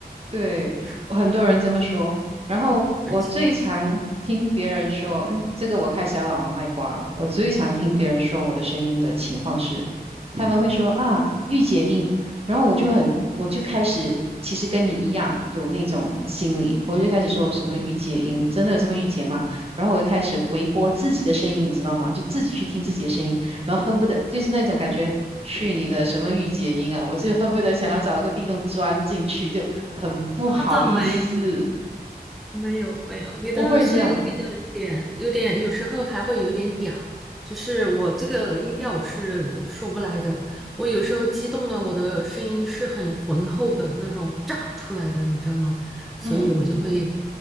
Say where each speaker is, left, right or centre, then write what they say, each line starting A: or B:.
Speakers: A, on the right (about 35°); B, in the centre.
A: 对，
B: 是的，
A: 我很多人这么说。然后我最常听别人说，
B: <laughs> 而且
A: 嗯这个我开始要老王卖瓜了。我最常听别人说我的声音的情况是，他们会说啊，御姐音。然后我就很，我就开始，其实跟你一样有那种心理，我就开始说什么御姐音，真的有这么御姐吗？然后我就开始回播自己的声音，你知道吗？就自己去听自己的声音。然后恨不得就是那种感觉，去你的什么御姐音啊！我就恨不得想要找一个地洞钻进去，就很不好意思，
B: 啊，倒没。有。没有没有，你的声音比较有点有点，
A: 我会这样，
B: 有时候还会有点嗲，就是我这个音调我是说不来的。我有时候激动了，我的声音是很浑厚的那种炸出来的，你知道吗？所以我就会
A: 嗯。